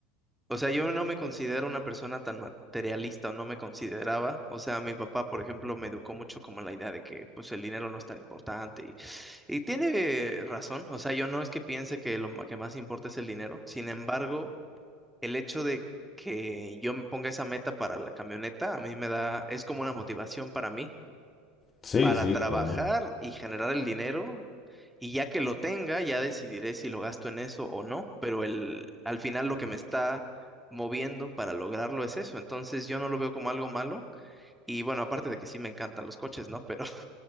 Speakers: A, in the centre; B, on the left.
A: o sea, yo no me considero una persona tan materialista o no me consideraba. O sea, mi papá, por ejemplo, me educó mucho como en la idea de que pues el dinero no es tan importante y, y tiene razón. O sea, yo no es que piense que lo ma- que más importa es el dinero. Sin embargo, el hecho de que yo me ponga esa meta para la camioneta, a mí me da, es como una motivación para mí
B: Sí,
A: para
B: sí,
A: trabajar
B: claro.
A: y generar el dinero. Y ya que lo tenga, ya decidiré si lo gasto en eso o no. Pero el, al final lo que me está moviendo para lograrlo es eso. Entonces yo no lo veo como algo malo. Y bueno, aparte de que sí me encantan los coches, ¿no? Pero,